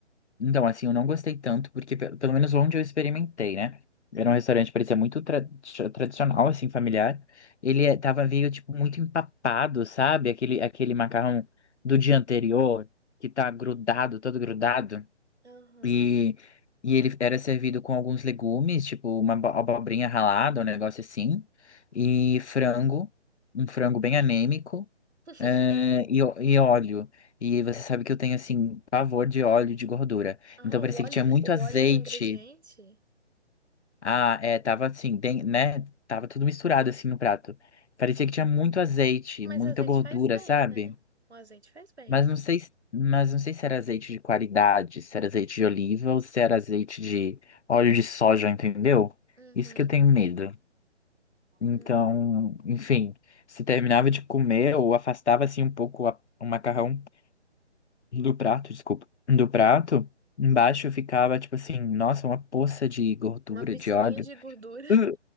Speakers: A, on the left; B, on the right.
A: Então, assim, eu não gostei tanto, porque pe- pelo menos onde eu experimentei, né? Era um restaurante que parecia muito tra- tradicional, assim, familiar. Ele eh, tava meio, tipo, muito empapado, sabe? Aquele, aquele macarrão do dia anterior, que tá grudado, todo grudado.
B: Aham.
A: E, e ele era servido com alguns legumes, tipo uma abo- abobrinha ralada, um negócio assim. E frango, um frango bem anêmico
B: <laughs>
A: eh, e, ó- e óleo. E você sabe que eu tenho, assim, pavor de óleo e de gordura.
B: Ah,
A: Então parecia
B: o óleo,
A: que tinha muito
B: o
A: azeite.
B: óleo era um ingrediente?
A: Ah, é, tava assim, den- né? Tava tudo misturado, assim, no prato. Parecia que tinha muito azeite,
B: Mas
A: muita
B: azeite
A: gordura,
B: faz bem,
A: sabe?
B: né? O azeite faz bem.
A: Mas não sei, se- mas não sei se era azeite de qualidade, se era azeite de oliva ou se era azeite de óleo de soja, entendeu?
B: Uhum.
A: Isso que eu tenho medo. Então,
B: Hum.
A: enfim, se terminava de comer ou afastava, assim, um pouco a- o macarrão do prato, desculpa, do prato, embaixo ficava tipo assim, nossa, uma poça de gordura,
B: Uma piscininha
A: de óleo.
B: de gordura.
A: Uh.